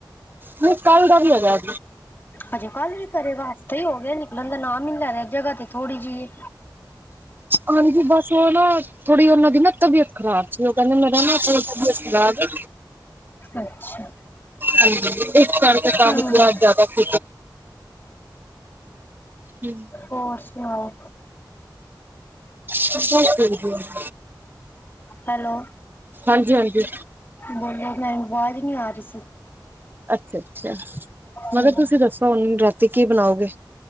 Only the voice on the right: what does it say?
ਨਹੀ, ਕੱਲ ਦਾ ਵੀ ਹੋਗਿਆ।
ਹਾਂਜੀ, ਬਸ ਉਹ ਨਾ ਥੋੜੀ ਉਹਨਾਂ ਦੀ ਨਾ ਤਬੀਅਤ ਖਰਾਬ ਸੀ, ਉਹ ਕਹਿੰਦੇ ਮੇਰਾ ਨਾਂ ਥੋੜੀ ਤਬੀਅਤ ਖਰਾਬ ਏ।
ਹਾਂਜੀ। ਇਸ ਕਰਕੇ ਕੰਮ
ਥੋੜਾ ਜ਼ਿਆਦਾ <unintelligible> ਹੂੰ
<unintelligible>
ਹਾਂਜੀ-ਹਾਂਜੀ‌।
ਅੱਛਾ-ਅੱਛਾ ''ਮੈਂ
ਕਿਹਾ ਤੁਸੀ ਦੱਸੋ, ਹੁਨ ਰ੍ਹਾਤੀ ਕੀ ਬਣਾਓਗੇ?